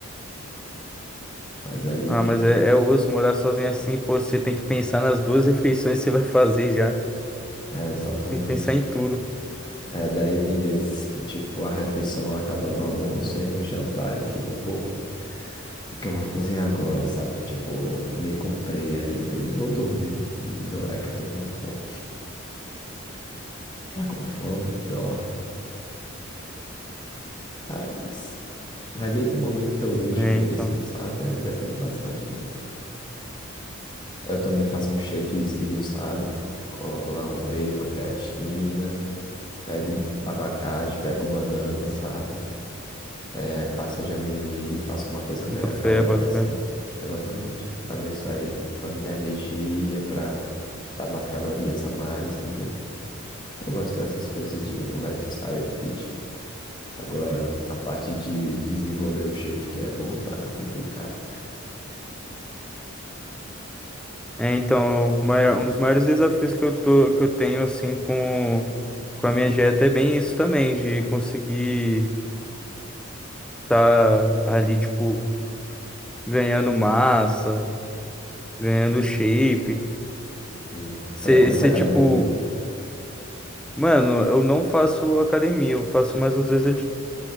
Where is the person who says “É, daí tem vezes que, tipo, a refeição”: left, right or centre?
Left